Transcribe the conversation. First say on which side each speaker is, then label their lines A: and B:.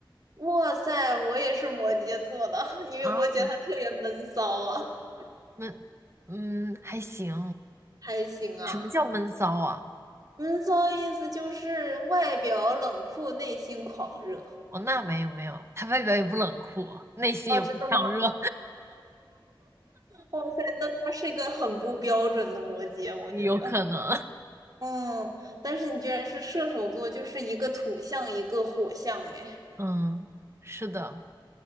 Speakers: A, on the right; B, on the right.
A: 哇塞，我也是摩羯座的，<laughs> 你有没有觉得他特别闷骚啊？
B: 啊，
A: <laughs>
B: 闷，嗯，还行。
A: 还行啊，
B: 什么叫闷骚啊？
A: 闷骚意思就是外表冷酷，内心狂热。
B: 哦，那没有没有，他外表也不冷酷，内心也不强热，
A: 哦，真的吗？哇塞，那他是一个很不标准的摩羯，
B: <laughs>
A: 我觉得。
B: 有可能。
A: 嗯，但是你居然是射手座，就是一个土象，一个火象，哎，
B: 嗯，是的，